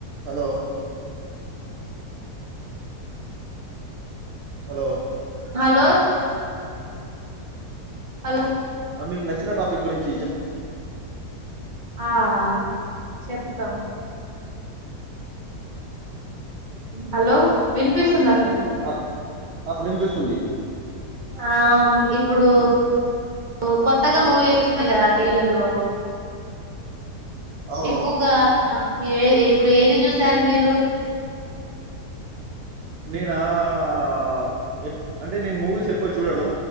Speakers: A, on the right; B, on the right.
A: Hello hello
B: లో hello
A: మీ నచ్చిన టాపిక్ గురించ్
B: ఆఆ చెప్ తమ్ హలొ విన్ పిస్తుందా సార్
A: ఆ ఆ విన్ పిస్తుంది
B: ఔ న్ ఇప్పుడు ఓ కొత్తగా మూవీ సోసున్ నయి గదా టిలల్లో
A: అవును
B: ఎక్కుగా ఆ ఏ ఏపుడు ఏది జుసారు మీరు
A: నేనా ఆఆఆ ఎక్ అంటె నేన్ మూవీస్ ఎక్కు చూడను